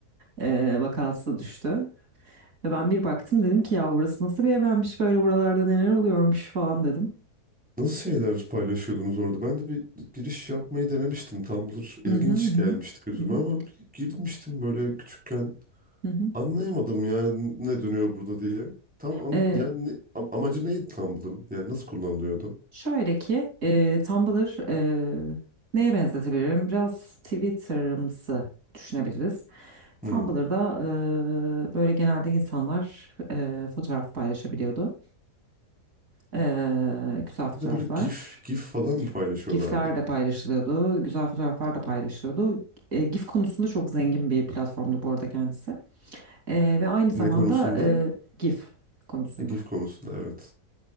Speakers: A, on the right; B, in the centre.
A: eee, vakası düştü. Ve ben bir baktım dedim ki ya burası nasıl bir evrenmiş böyle buralarda neler oluyormuş falan dedim.
B: Nasıl şeyler paylaşıyordunuz orada? Ben de bir giriş yapmayı denemiştim. Tumblr ilginç
A: Hı hı hı.
B: gelmişti gözüme
A: Hı hı.
B: ama bir girmiştim böyle küçükken.
A: hı
B: Anlayamadım yani ne dönüyor burada diye. Tam an-
A: hı.
B: yani ne- am- amacı neydi Tumblr'ın? Yani nasıl kullanılıyordu?
A: Şöyle ki e, Tumblr e, neye benzetebilirim? Biraz Twitter'ımsı düşünebiliriz.
B: Hmm.
A: Tumblr'da e, böyle genelde insanlar e, fotoğraf paylaşabiliyordu. E, güzel fotoğraflar.
B: Bir de böyle GIF, GIF falan mı paylaşıyorlardı?
A: GIF'ler de paylaşılıyordu. Güzel fotoğraflar da paylaşıyordu. E, GIF konusunda çok zengin bir platformdu bu arada kendisi. E, ve aynı zamanda
B: Ne konusunda?
A: e, GIF konusunda.
B: Ha, GIF konusunda evet.